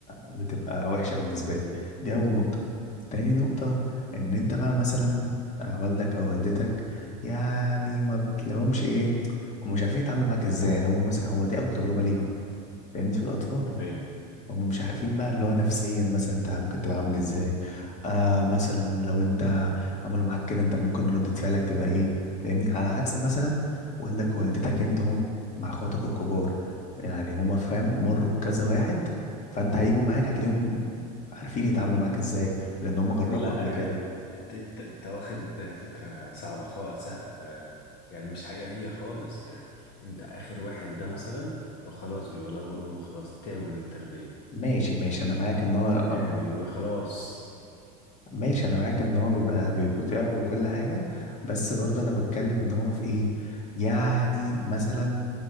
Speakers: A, on the left; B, on the left.
A: بتبقى وحشة بالنسبة لي دي أول نقطة تاني نقطة إن أنت بقى مثلا آه، والدك أو والدتك يعني ما بتلاقيهمش إيه هم مش عارفين يتعاملوا معاك إزاي يعني هم مثلا هو دي أول تجربة ليهم فاهمني في الأطفال
B: أيوة.
A: هم مش عارفين بقى اللي هو نفسيا مثلا انت ممكن تبقى عامل ازاي آه مثلا لو انت عملوا معاك كده انت ممكن ردة فعلك تبقى ايه فاهمني على عكس مثلا والدك ووالدتك انت هم مع اخواتك الكبار يعني هم فاهم مروا بكذا واحد فانت هيجوا معاك هتلاقيهم عارفين يتعاملوا معاك ازاي لان هم جربوا
B: لا
A: قبل كده
B: انت انت انت واخد فكرة صعبة خالص يعني مش حقيقية خالص يعني انت اخر واحد ده مثلا او خلاص بيبقى الاب والام خلاص تعبوا من التربية
A: ماشي ماشي انا معاك ان هو اب
B: يعني بيبقى خلاص
A: ماشي انا معاك ان هو بيبقى بيبقوا
B: اه.
A: تعب وكل حاجه بس برضه انا بتكلم ان هو في ايه يعني مثلا